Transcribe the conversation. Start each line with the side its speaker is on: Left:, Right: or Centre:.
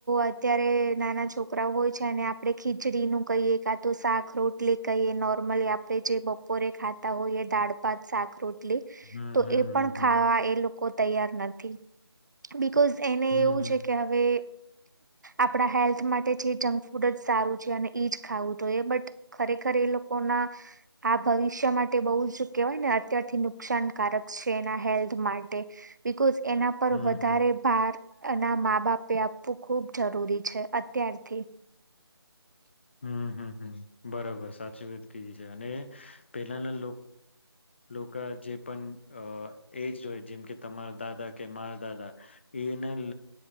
Right: અત્યારે નાના છોકરા હોય છે અને આપણેે ખીચડી નું કહીએ કા તો શાક રોટલી કહીએ નોર્મલી આપે જે બપોરે ખાતા હોઈએ દાળપાત શાક રટલી <inaudible> એ
Left: હમ હમ
Right: પણ
Left: હમ
Right: ખાવા એ લોકો તૈયાર નથી બી બકોઝ એને
Left: હમ
Right: એવું
Left: હમ હમ
Right: છે કે હવે આપણા હેલ્થ માટે છે જંક ફૂડ જ સારું છે અને એ જ ખાવું જોઈએ બટ ખરેખર એ લોકોના આ ભવિષ્ય માટે બહુ જ કેહેવાય ને અત્યારથી નુકસાન છે એ હેલ્થ માટે બીકોઝ એના પર
Left: હમ
Right: વધારે
Left: હમ
Right: ભાર એ ના મા બાપે આપવું ખૂબ જરૂરી છે અત્યારથી
Left: હમ્મ-હમ્મ. હમ બરોબર સાચી વાત કીધી છે, અને પેલાના લોકો જે પણ એજ હોય જેમ કે તમારા દાદા કે મારા દાદા એને